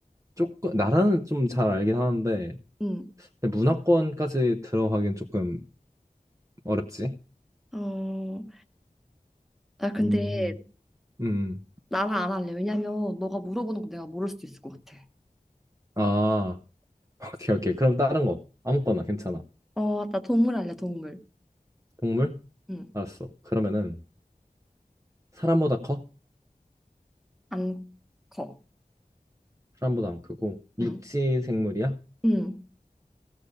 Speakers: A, on the right (about 20°); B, in the centre.
A: 조금, 나라는 좀 잘 알긴 하는데,
B: 응.
A: 근데 문화권까지 들어가긴 조금 어렵지.
B: 어, 나 근데
A: 음, 음.
B: 나랑 안 할래. 왜냐면 너가 물어보는 거 내가 모를 수도 있을 것 같아.
A: 아, <laughs> 오케이, 오케이. 그럼 다른 거. 아무거나 괜찮아.
B: 어, 나 동물 할래, 동물.
A: 동물?
B: 응.
A: 알았어. 그러면은, 사람보다 커?
B: 안 커.
A: 사람보다 안 크고, 육지
B: 응.
A: 생물이야?
B: 응.